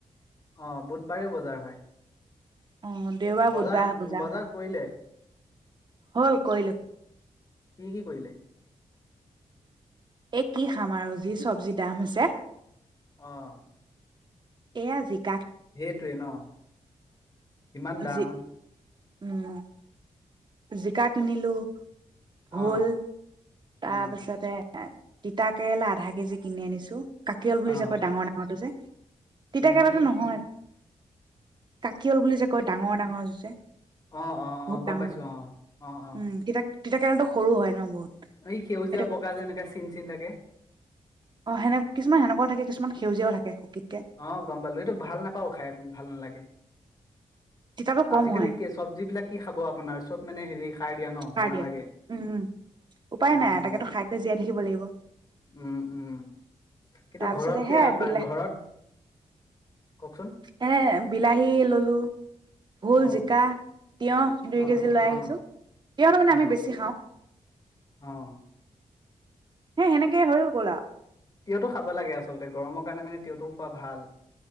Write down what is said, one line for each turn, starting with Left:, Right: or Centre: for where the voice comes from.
Left: অ ', বুধবাৰেও বজাৰ হয়।
Right: অ দেওবাৰ বুধবাৰ
Left: বজাৰ, 'বজাৰ
Right: হয়
Left: কৰিলে?
Right: হল কৰিলো।
Left: কি কি কৰিলে?
Right: এই কি খাম আৰু যি চব্জিৰ দাম হৈছে।
Left: অ',
Right: এয়া জিক, -
Left: সেইটোৱে ন',? ইমান দাম।
Right: জি উম, জিকা কিনিলো, ভোল,
Left: অ
Right: তাৰ
Left: উম
Right: পিছতে, তিতা- কেৰেলা আধা কেজি কিনি আনিছো। কাকিয়ল বুলি
Left: অ
Right: যে কয়, ডাঙৰ ডাঙৰটো যে- তিতা-কেৰেলাটো
Left: কি কি
Right: নহয়।
Left: কি
Right: কাকিয়ল বুলি যে কয় ডাঙৰ - ডাঙৰ, <unintelligible>
Left: অহ ', অহ ',-
Right: বহুত
Left: অহ গম
Right: ডাঙৰ
Left: পাইছো
Right: ডাঙৰ
Left: অ- অ- অ- অ
Right: উম তিতা কেৰেলাটো, - সৰু হয় ন', বহুত।
Left: এই সেউজীয়া
Right: এইটো
Left: বগা যেনেকে চিন- চিন থাকে।
Right: অ', সেনেক কিছুমান সেনেকুৱাও থাকে কিছুমান সেউজীয়াও থাকে। শুকিতকে
Left: অ', গম পালো এইটো ভাল নাপাও খাই ভাল নালাগে।
Right: তিতাটো কম
Left: আজিকালি
Right: হয়
Left: কে চব্জি বিলাক, কি খাব আপোনাৰ চব মানে হেৰি, সাৰ দিয়া ন
Right: সাৰ
Left: ভাল নালাগে
Right: দিয়া। উম', উপায়
Left: উম
Right: নাই তাকেতো খাইকৈ জীয়াই থাকিব লাগিব।
Left: উম উম কিন্তু
Right: তাৰ
Left: ঘৰত
Right: পিছতে
Left: সেয়া
Right: হে বিলাহ
Left: ঘৰত, কওকচোন
Right: এ, বিলাহী ললো ভোল,
Left: অ
Right: জিকা তিয়ঁহ দুই
Left: অ
Right: কেজি লৈ
Left: অ
Right: আহিছোঁ। তিয়ঁহটো মানে
Left: অ
Right: আমি বেছি খাওঁ।
Left: অ'।
Right: হে সেনেকে হৈ গ'ল আ
Left: তিঁয়হটো খাব লাগে আচলতে, গৰমৰ কাৰণে মানে তিঁয়হটো খোৱা ভাল।